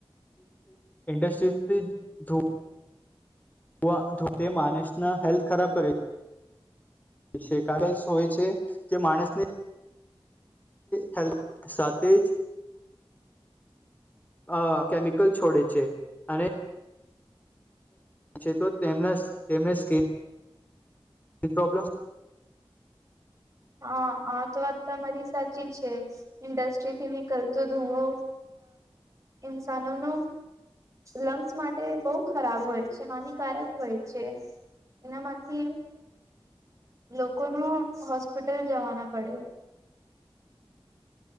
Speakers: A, on the left; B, on the right.
A: ઇન્ડસ્ટસ્ટ્રીથી જ ધૂ ધ ધ માણસના હેલ્થ ખરાબ કરે છે કારણ હોય છે જે માણસની હેલ્ સાથે જ અ કેમિકલ છોડે છે અને છે તોના તેમને સ્કીન એ પ્રોબ્લેમ
B: હા આ તો વાત તમારી સાચી છે ઇન્ડસ્ટ્રીથી નીકળતો ધુવો ઇન્સાનો ન લંગ્સ માટે બહુ ખરાબ હોય છે હાનિકારક હોય છે એનામાંથી લોકો ન હોસ્પિટ ટલ જવાના પડે